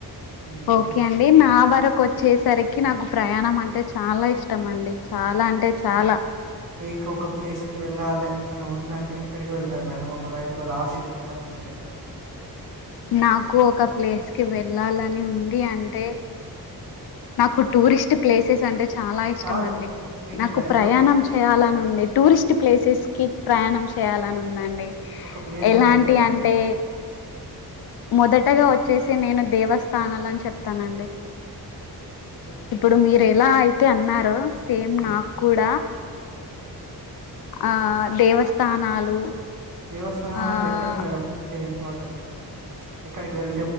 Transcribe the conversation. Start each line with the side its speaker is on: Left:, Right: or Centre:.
Right: ఉమ్.
Left: ఓకే అండి నా వర క్ వచ్చేసరికి నాకు ప్రయాణం అంటే చాలా ఇష్టం అండి చాలా అంటే చాలా
Right: ఇక ఒక ప్లేస్ కి వెళ్ళాలి అని ఉందంటే ఎక్కడికి వెళ్తారు మేడం ఒక లైఫ్ లో లాస్ట్ ట్రిప్ అనుకుంటే
Left: నాకు ఒక ప్లేస్ కి వెళ్ళాలని ఉంది అంటే నాకు టూరిస్ట్ ప్లేసెస్ అంటే చాలా ఇష్టం
Right: కాదు
Left: అండి
Right: మీకు
Left: నాకు
Right: లైఫ్
Left: ప్రయాణం
Right: లో
Left: చేయాల నుండె టూరిస్ట్ ప్లేసెస్ కి ప్రయాణం చేయాలని ఉందండి
Right: ఒక ప్లేస్
Left: ఎలాంటి
Right: చెప్పండి మేడం
Left: అంటే మొదటగా వచ్చేసి నేను దేవస్థానాలని చెప్తానండి
Right: మ్
Left: ఇప్పుడు మీరెలా అయితే అన్నారో సేమ్
Right: హ్మ్.
Left: నాకు కూడ ఆ దేవస్థానాలు
Right: దేవస్థానలె
Left: ఆ
Right: అంటే ఎక్కడ మేడం అంటే ఇంపార్టెంట్ ఎక్కడికి వెళ్